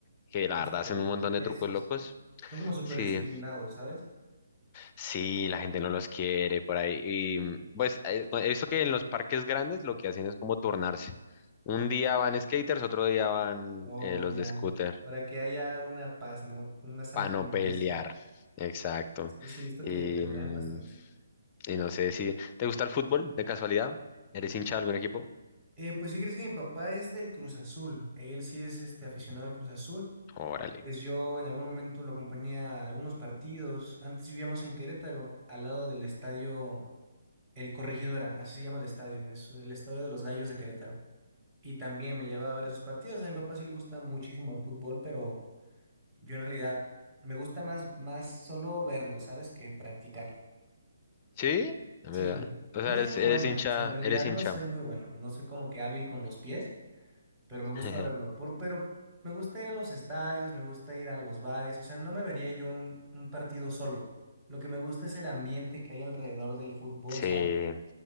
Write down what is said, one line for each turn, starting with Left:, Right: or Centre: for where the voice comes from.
Left: que la
Right: Justo,
Left: verdad hacen un montón de
Right: esos.
Left: trucos locos,
Right: Son como súper
Left: sí,
Right: discriminados, ¿sabes?
Left: sí, la gente no los quiere por ahí. Y mm, pues eh, he visto que en los parques grandes lo que hacen es como turnarse. Un día van skaters, otro día van
Right: Oh,
Left: eh, los
Right: ya.
Left: de scooter,
Right: Para que haya una paz, ¿no? Una sana
Left: para no
Right: convivencia.
Left: pelear, exacto.
Right: Sí, sí, he visto
Left: Y,
Right: que pelean
Left: mm,
Right: bastante.
Left: Y no sé si te gusta el fútbol de casualidad. ¿Eres hincha de algún equipo?
Right: Eh, pues si crees que mi papá es del Cruz Azul, él sí es este aficionado al Cruz Azul.
Left: Órale.
Right: Pues yo en algún momento lo acompañé a algunos partidos. Antes vivíamos en Querétaro, al lado del estadio El Corregidora, así se llama el estadio, es el estadio de los Gallos de Querétaro. Y también me llevaba a ver esos partidos. A mi papá sí le gusta muchísimo el fútbol, pero yo en realidad me gusta más, más solo verlo, ¿sabes? Que practicarlo.
Left: ¿Sí? ¿Verdad?
Right: Sí,
Left: O sea,
Right: no
Left: eres,
Right: soy muy
Left: eres
Right: bueno,
Left: hincha,
Right: o sea, en realidad
Left: eres
Right: no
Left: hincha.
Right: soy muy bueno, no soy como que hábil con los pies. pero me gusta
Left: <laughs>
Right: verlo. Por, pero me gusta ir a los estadios, me gusta ir a los bares, o sea, no me vería yo un, un partido solo. Lo que me gusta es el ambiente que hay alrededor del fútbol,
Left: Sí,
Right: ¿sabes?